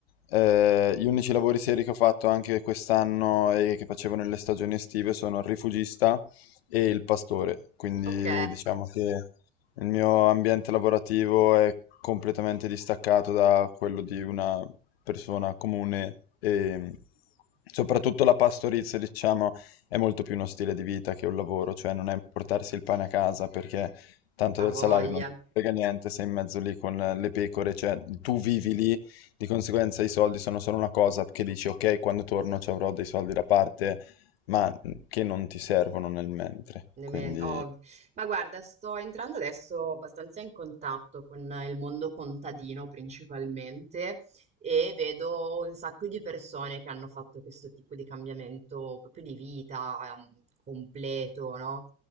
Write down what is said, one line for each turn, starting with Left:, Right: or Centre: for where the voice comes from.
Left: Eh, gli unici lavori seri che ho fatto anche quest'anno e che facevo nelle stagioni estive sono il rifugista e il pastore, quindi
Right: Ok,
Left: diciamo che... Il mio ambiente lavorativo è completamente distaccato da quello di una persona comune e mm, soprattutto la pastorizia, diciamo, è molto più uno stile di vita che un lavoro, cioè non è portarsi il pane a casa perché tanto
Right: ha
Left: del
Right: voglia.
Left: salario non ti frega niente, sei in mezzo lì con le pecore, cioè tu vivi lì, di conseguenza i soldi sono solo una cosa che dici ok, quando torno ci avrò dei soldi da parte, ma che non ti servono nel mentre,
Right: Ne
Left: quindi...
Right: men- oh, ma guarda, sto entrando adesso abbastanza in contatto con eh, il mondo contadino principalmente e vedo un sacco di persone che hanno fatto questo tipo di cambiamento proprio di vita, ehm, completo, no?